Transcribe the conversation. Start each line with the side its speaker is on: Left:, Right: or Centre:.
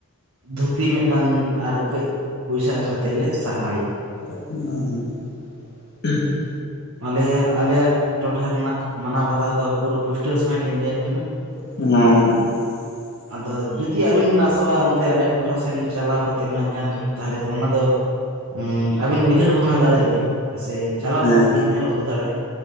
Right: ᱫᱷᱩᱛᱤ ᱢᱤᱫᱴᱟᱝ ᱟᱨ ᱠᱟᱹᱡ ᱯᱚᱭᱥᱟ ᱮᱢ ᱠᱟᱛᱮᱫ ᱞᱮ ᱥᱟᱨᱦᱟᱣ ᱮᱭᱟ
Left: ᱚ <unintelligible>
Right: ᱟᱞᱮ ᱟᱞᱮᱭᱟᱜ ᱴᱚᱴᱷᱟ ᱨᱮᱱᱟᱜ ᱢᱟᱱᱟᱣ ᱵᱟᱛᱟᱣ ᱫᱚ ᱯᱩᱨᱟᱹ ᱯᱩᱥᱴᱟᱹᱣ ᱥᱟᱺᱦᱤᱡ ᱞᱤᱧ ᱞᱟᱹᱭᱟᱫ ᱵᱤᱱᱟ᱾
Left: ᱚᱻ
Right: ᱟᱫᱚ ᱡᱩᱫᱤ ᱟ. ᱵᱤᱱ ᱵᱤᱱ ᱟᱥᱚᱜᱼᱟ ᱚᱱᱛᱮ ᱟᱞᱮᱭᱟᱜ ᱴᱚᱴᱷᱟ ᱥᱮᱱ ᱪᱟᱞᱟᱣ ᱠᱟᱛᱮᱫ ᱚᱱᱟ ᱧᱮᱞ ᱨᱮᱱᱟᱜ ᱛᱟᱦᱚᱞᱮ ᱫᱚ ᱚᱱᱟᱫᱚᱼᱼ ᱩ ᱟᱵᱤᱱ ᱩᱭᱦᱟᱹᱨ ᱵᱷᱟᱵᱱᱟ ᱫᱟᱲᱮᱜ ᱟᱵᱤᱱ ᱥᱮ ᱪᱟᱞᱟᱜᱼᱼ
Left: ᱦᱮᱸ
Right: ᱠᱟᱛᱮᱜ ᱵᱤᱱ ᱧᱮᱞ ᱟᱹᱜᱩ ᱫᱟᱲᱮᱜᱼᱟ